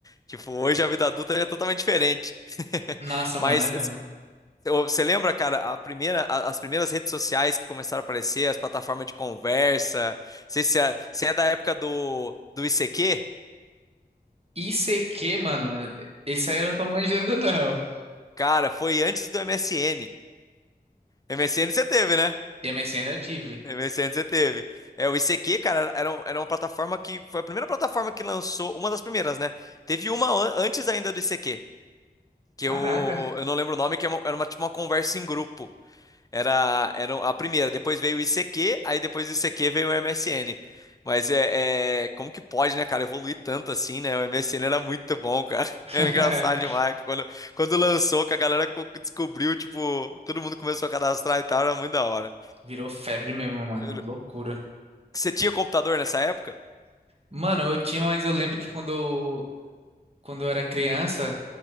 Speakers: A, on the left; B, on the right.
A: Tipo, hoje a vida adulta é totalmente diferente. <laughs>
B: Nossa,
A: Mas
B: mano, é mesmo.
A: você lembra, cara, a primeira, a- as primeiras redes sociais que começaram a aparecer, as plataformas de conversa? Você é, cê é da época do, do I C ICQ?
B: I C ICQ, mano, esse aí eu não tô manjando, <laughs> não.
A: Cara, foi antes do MSN. MSN você teve, né?
B: E M S N eu tive.
A: MSN você teve. É, o ICQ, cara, era, um- era uma plataforma que foi a primeira plataforma que lançou, uma das primeiras, né? Teve uma an- antes ainda do ICQ, que
B: Caraca.
A: eu, eu não lembro o nome, que era uma, era uma- tipo uma conversa em grupo. Era, era a primeira, depois veio o ICQ, aí depois do ICQ veio o MSN. Mas é, é- como que pode, né, cara, evoluir tanto assim, né? O MSN era muito bom, cara. <laughs>
B: <laughs>
A: Era engraçado demais. que Quando, quando lançou, que a galera co- descobriu, tipo, todo mundo começou a cadastrar e tal, era muito da hora.
B: Virou febre mesmo, mano,
A: Eu-
B: loucura.
A: Você tinha computador nessa época?
B: Mano, eu tinha, mas eu lembro que quando eu, quando eu era criança,